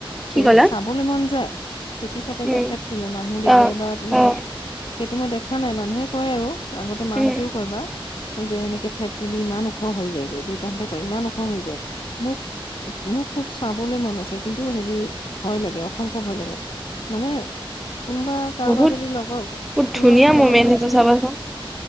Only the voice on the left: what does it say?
সেই
চাবলৈ মন যায়, ফেতি হাপে যে
ফেট তুলে মানুহ দেখিলে
বা তেনেকে
সেইটো মই দেখা নাই মানুহে কয় আৰু আগতে মাহঁতেও
কয় বা যে এনেকে ফেট তুলি ইমান ওখ হৈ যায়গৈ দেউতাহঁতে কয় ইমান ওখ হৈ যায়, মোক মোৰ খুব চাবলৈ মন আছে কিন্তু হেৰি ভয় লাগে অসংখ্যয় ভয় লাগে মানে কোনবা কাৰোবাৰ
যদি লগৰ কোনোবা
যদি লগত
থাকিলে